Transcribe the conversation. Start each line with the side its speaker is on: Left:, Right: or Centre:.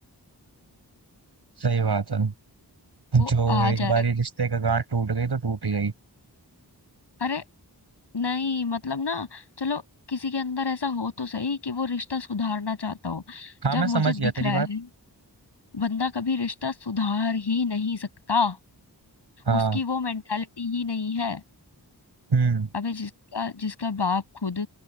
Right: सही बात है
Left: वो
Right: जो
Left: आ
Right: एक
Left: जाएगा
Right: बार ये रिश्ते का गांठ टूट गई तो टूट ही गई
Left: अरे नहीं मतलब ना चलो किसी के अंदर ऐसा हो तो सही कि वो रिश्ता सुधारना चाहता हो
Right: हाँ
Left: जब
Right: मैं
Left: मुझे
Right: समझ
Left: दिख
Right: गया तेरी
Left: रहा
Right: बात
Left: है बंदा कभी रिश्ता सुधार ही नहीं सकता
Right: हाँ
Left: उसकी वो मेंटालिटी ही नहीं है
Right: हम्म
Left: अबे जिसका जिसका बाप खुद